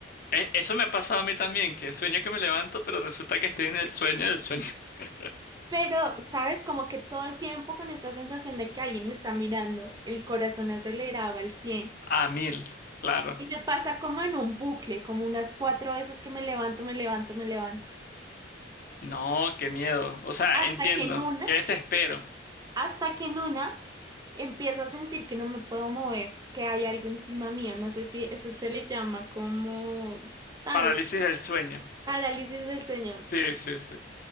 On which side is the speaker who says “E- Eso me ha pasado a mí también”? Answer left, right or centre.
Left